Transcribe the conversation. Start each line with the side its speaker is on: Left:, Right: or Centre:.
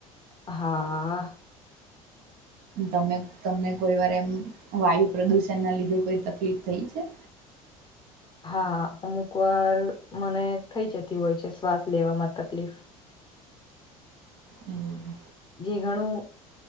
Left: હા.
Right: તમે તમને કોઈ વાર એમ વાયુ પ્રદુષણ ના લીધે કોઈ તકલીફ થઈ છે?
Left: હા અમુક વાર મને થઈ જતી હોય છે શ્વાસ લેવામાં તકલીફ.
Right: હમ.
Left: જે ઘણું